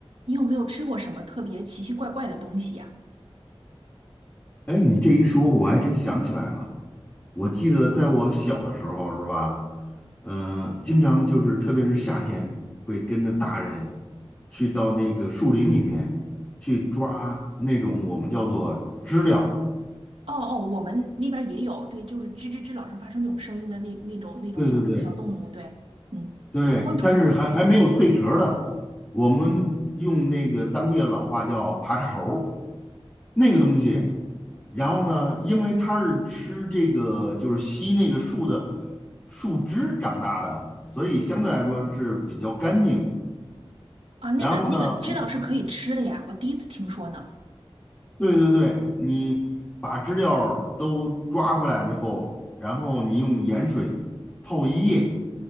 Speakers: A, on the right; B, on the left.
A: 你有没有吃过什么特别奇奇怪怪的东西呀、
B: 哎，你这一说，我还真想起来了。我记得在我小的时候，是吧？嗯、呃经常就是，特别是夏天，会跟着大人去到那个树林里面去抓那种我们叫做知了。
A: 哦哦，我们那边儿也有，对，就是吱吱吱老是发生那种声音的那那种那种小小动物，
B: 对对对
A: 对，嗯，
B: 对，
A: 昆虫嗯嗯
B: 但是还还没有蜕壳儿的，我们用那个当地的老话叫爬叉猴儿那个东西，然后呢，因为它是吃这个就是吸那个树的树枝长大的，所以相对来说是比较干净。
A: 啊，那个那个知了是可以吃的呀，
B: 然后呢，我
A: 我第一次听说呢。
B: 对对对，你把知了都抓回来之后，然后你用盐水泡一夜，